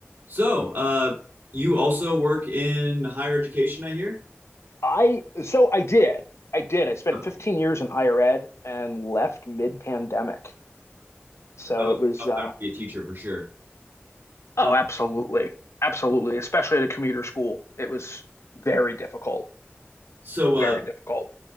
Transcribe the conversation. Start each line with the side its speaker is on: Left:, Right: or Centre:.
Right: So, uh, you also work in higher education, I hear?
Left: I so I did. I did. I spent
Right: Okay,
Left: 15 years in higher ed and left mid-pandemic. So
Right: that was
Left: it
Right: a
Left: was
Right: tough
Left: uh
Right: time to be a teacher for sure.
Left: oh,
Right: Um,
Left: absolutely. Absolutely, especially at a commuter school. It was very difficult.
Right: so,
Left: Very
Right: uh,
Left: difficult.